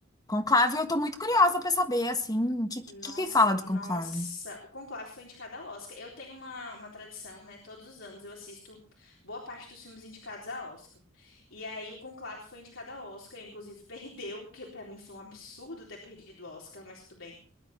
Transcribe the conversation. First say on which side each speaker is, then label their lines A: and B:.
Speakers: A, on the left; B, on the left.
A: Conclave, eu tô muito curiosa pra saber, assim, o que,
B: Nossa,
A: que, que fala
B: co-
A: do
B: nossa,
A: Conclave?
B: o Conclave foi indicado ao Oscar. Eu tenho uma, uma tradição, né? Todos os anos eu assisto boa parte dos filmes indicados ao Oscar. E aí o Conclave foi indicado ao Oscar, inclusive <laughs> perdeu, que pra mim foi um absurdo ter perdido o Oscar, mas tudo bem.